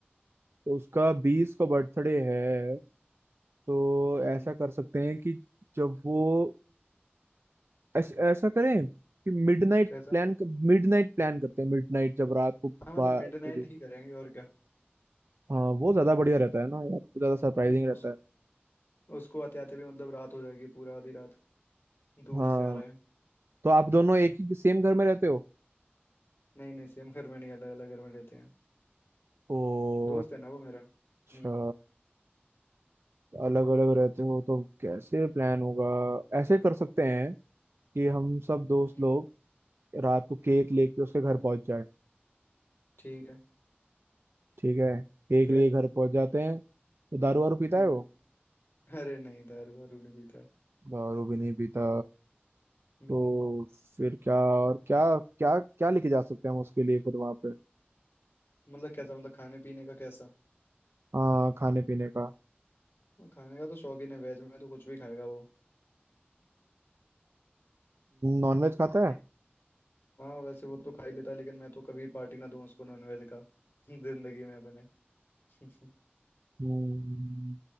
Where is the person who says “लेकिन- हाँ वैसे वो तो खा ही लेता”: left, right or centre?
Left